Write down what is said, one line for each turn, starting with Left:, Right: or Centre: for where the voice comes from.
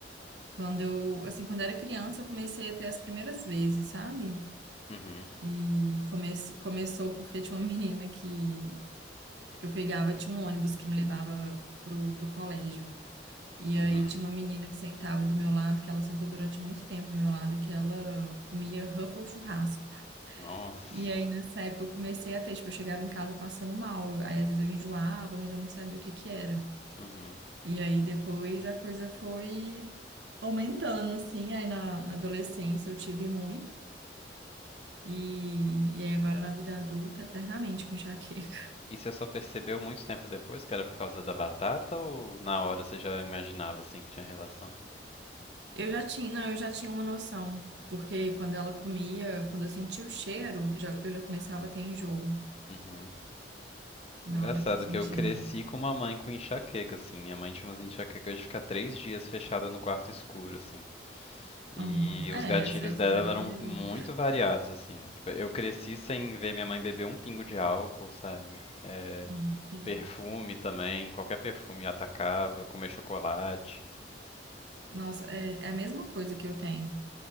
Right: quando eu, assim, quando eu era criança, eu comecei a ter as primeiras vezes, sabe?
Left: Uhum,
Right: E come, começou porque tinha uma <laughs> menina que eu pegava, tinha um ônibus que me levava pro, pro colégio. E
Left: uhum.
Right: aí tinha uma menina que sentava do meu lado, que ela sentou durante muito tempo do meu lado, que ela comia Ruffles churrasco.
Left: Nossa.
Right: E aí nessa época eu comecei a ter, tipo, eu chegava em casa passando mal. Eu- Aí às vezes eu enjoava, mas eu não sabia o que que era.
Left: Uhum.
Right: E aí depois a coisa foi aumentando, assim. Aí na, na adolescência eu tive muito. E, e aí agora na vida adulta, eternamente com enxaqueca. <laughs>
Left: E você só percebeu muito tempo depois que era por causa da batata ou na hora você já imaginava, assim, que tinha relação?
Right: Eu já tinha, não, eu já tinha uma noção. Porque quando ela comia, quando eu sentia o cheiro, já- eu já começava a ter enjoo.
Left: Uhum.
Right: Na
Left: Engraçado
Right: hora que eu senti
Left: que eu cresci
Right: ela.
Left: com uma mãe com enxaqueca, assim. Minha mãe tinha umas enxaquecas de ficar três dias fechada no quarto escuro, assim. E
Right: Aham.
Left: os
Right: É,
Left: gatilhos
Right: essa é a história
Left: dela eram
Right: da minha
Left: muito
Right: vida.
Left: variados, assim. Tipo, eu cresci sem ver minha mãe beber um pingo de álcool, sabe? É,
Right: Aham, sim.
Left: perfume também, qualquer perfume atacava, comer chocolate.
Right: Nossa, é, é a mesma coisa que eu tenho.